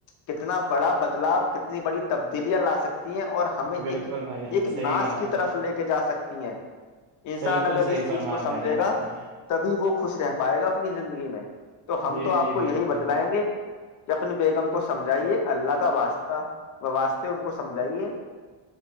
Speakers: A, on the left; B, on the right.
A: کتنا بڑا بدلاؤ ک ات بڑی تبدیلیاں لا سکتے ہیں اور ہمیں ایک
B: بالکل بھائی جان
A: ایک
B: صحیح
A: ناس
B: کہا آپ
A: کی
B: نے
A: طرف لے کے تو ہیں انسان
B: بالکل
A: اگر
B: صحیح
A: اس
B: فرمایا
A: چیز کو سمجھے
B: بھائی جان
A: گا
B: آپ نے
A: تبھی وہ خوش رہ پائے گا اپنی زندگی میں تو ہم
B: جی
A: تو آپ
B: جی
A: کو
B: بالکل
A: یہی بتلائیں گے کہ اپنی بی ہم کو سمجھائیے اللہ کا واسطہ واسطے ان کو سمجھے